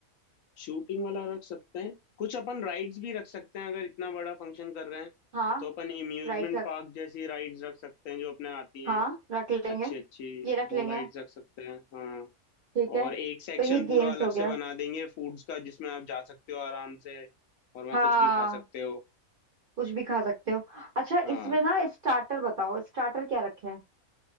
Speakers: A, on the left; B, on the right.
A: शूटिंग वाला रख सकते हैं कुछ अपन राइड्स भी रख सकते हैं अगर इतना बड़ा फंक्शन कर रहे हैं
B: हाँ
A: तो अपन इम्यूजमेंट
B: राइट रख
A: पार्क जैसी राइड्स रख सकते हैं जो अपने आती हैं
B: हाँ रख लेंगे
A: अच्छी अच्छी
B: ये रख
A: वो
B: लेंगे
A: राइड्स रख सकते हैं हाँ
B: ठीक है
A: और एक सेक्शन
B: तो ये
A: पूरा
B: गेम्स
A: अलग
B: हो गया
A: से बना देंगे फूड्स का जिसमें आप जा सकते हो आराम से और वहाँ
B: हाँ
A: कुछ भी खा सकते हो
B: कुछ भी खा सकते हो अच्छा
A: हाँ
B: इसमें ना स्टार्टर बताओ स्टार्टर क्या रखे हैं